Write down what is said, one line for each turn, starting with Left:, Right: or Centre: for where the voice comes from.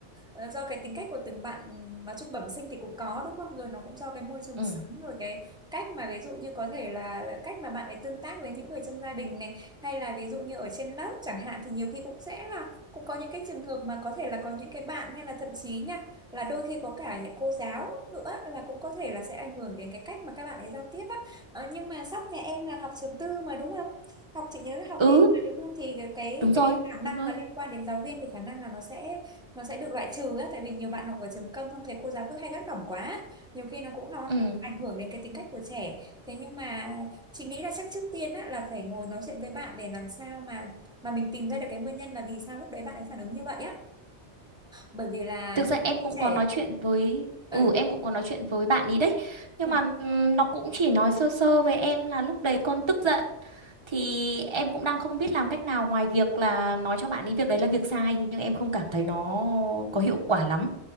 Centre: à, do cái tính cách của từng bạn nói chung bẩm sinh thì cũng có đúng không rồi nó cũng do cái môi trường
Right: ừ
Centre: sống rồi cái cách mà ví dụ như có thể là cách mà bạn ấy tương tác với những người trong gia đình này hay là ví dụ như ở trên lớp chẳng hạn thì nhiều khi cũng sẽ là cũng có những cái trường hợp mà có thể là có những cái bạn hay là thậm chí nha là đôi khi có cả những cô giáo nữa là cũng có thể là sẽ ảnh hưởng đến cái cách mà các bạn ấy giao tiếp á Ờ, nhưng mà Sóc nhà em là học trường tư mà đúng không? Học chị nhớ là học
Right: ừ
Centre: vi mà đúng không? Thì cái
Right: đúng rồi
Centre: cái khả năng
Right: đúng rồi
Centre: mà liên quan đến giáo viên thì khả năng là nó sẽ nó sẽ được loại trừ á tại vì nhiều bạn học ở trường công xong thầy cô giáo cứ hay gắt gỏng quá. Nhiều khi nó cũng học,
Right: ừ
Centre: ảnh hưởng đến cái tính cách của trẻ. Thế nhưng mà chị nghĩ là chắc trước tiên á là phải ngồi nói chuyện với bạn để làm sao mà mà mình tìm ra được cái nguyên nhân là vì sao lúc đấy bạn ấy phản ứng như vậy á. Bởi vì là
Right: Thực ra
Centre: những
Right: em
Centre: khi
Right: cũng
Centre: trẻ
Right: có nói chuyện với
Centre: ừ.
Right: ừ em cũng có nói chuyện với bạn ý đấy nhưng
Centre: ừ.
Right: mà ừm, nó cũng chỉ nói sơ sơ với em là lúc đấy con tức giận thì em cũng đang không biết làm cách nào ngoài việc là nói cho bạn ý việc đấy là việc sai nhưng em không cảm thấy nó có hiệu quả lắm